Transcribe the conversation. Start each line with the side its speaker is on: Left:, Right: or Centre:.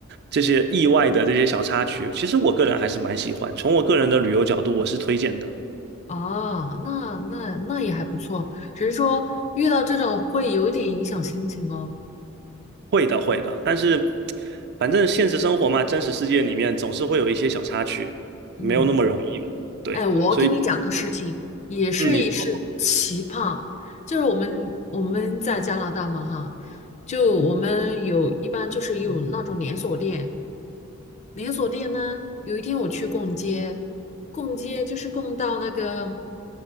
Right: 这些意外的这些小插曲，其实我个人还是蛮喜欢。从我个人的旅游角度，我是推荐的。
Left: 啊，那那那也还不错，只是说遇到这种会有一点影响心情哦。
Right: 会的，会的。但是反正现实生活嘛，真实世界里面总是会有一些小插曲，没有那么容易嘛。
Left: 嗯，
Right: 对，
Left: 哎，我给你讲个事情，
Right: 所以
Left: 也是一是奇葩，
Right: 嗯，你说
Left: 就是我们我们在加拿大嘛哈，就我们有一般就是有那种连锁店，连锁店呢，有一天我去逛街，逛街就是逛到那个。